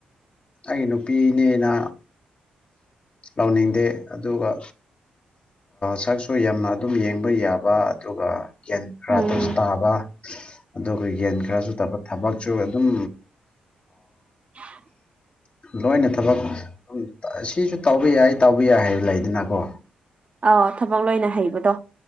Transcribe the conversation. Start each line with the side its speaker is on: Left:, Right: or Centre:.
Left: ꯑꯩꯒꯤ ꯅꯨꯄꯤꯅꯦꯅ ꯂꯥꯎꯅꯤꯡꯗꯦ ꯑꯗꯨꯒ ꯁꯛꯁꯨ ꯌꯥꯝꯅ ꯑꯗꯨꯝ ꯌꯦꯡꯕ ꯣꯏ ꯌꯥꯕ ꯑꯗꯨꯒ ꯌꯦꯦꯟ ꯈꯔꯇꯁꯨ
Right: ꯎꯝ
Left: ꯇꯥꯕ ꯑꯗꯨꯒ ꯑꯩꯈꯣꯏ ꯌꯦꯟ ꯈꯔꯁꯨ ꯇꯕ ꯊꯕꯛꯁꯨ ꯑꯗꯨꯝ
Right: <unintelligible>
Left: ꯂꯣꯏꯅ ꯊꯕꯛ ꯁꯤꯁꯨ ꯇꯧꯕ ꯌꯥꯏ ꯇꯧꯕ ꯌꯥꯏ ꯍꯥꯏꯔ ꯂꯩꯗꯅꯀꯣ
Right: ꯑ ꯊꯕꯛ ꯂꯣꯏꯅ ꯍꯩꯕꯗꯣ